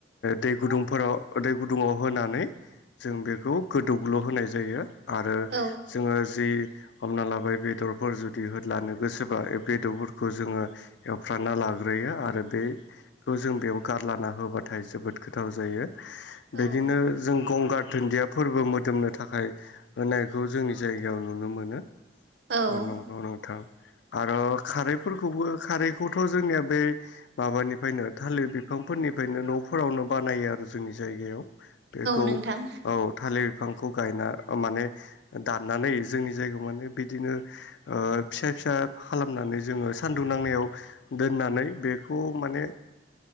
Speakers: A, on the left (about 75°); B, on the right (about 65°).
A: दै गुदुंफोराव दै गुदुङाव होनानै जों बेखौ गोदौग्लु होनाय जायो‌ आरो
B: औ
A: जोङो जि हमना लाबाय बेदरफोर जुदि होदलानो गोसोबा बेदरफोरखौ जोङो एवफ्राना लाग्रोयो आरो बे खौ जों बेयाव गारला होबाथाय जोबोद गोथाव जायो।
B: औ
A: बिदिनो जों गंगार धोनदिया फोरबो मोदोमनो थाखाय होनायखौ जोंनि जायगायाव नुनो मोनो।
B: औ
A: नंगौ नोंथां आरो खारैफोरखौबो खारैखौथ' जोंनिया बे माबानिफ्रायनो थालिर बिफांफोरनिफ्रायनो न'फोरावनो बानायो आरो। जोंनि जायगायाव बेखौ
B: नोंथां
A: औ थालिर बिफांखौ गायना माने दाननानै जोंनि जायगायाव माने बिदिनो ओ फिसा-फिसा खालामनानै जोङो सान्दुं नांनायाव दोननानै बे खौ माने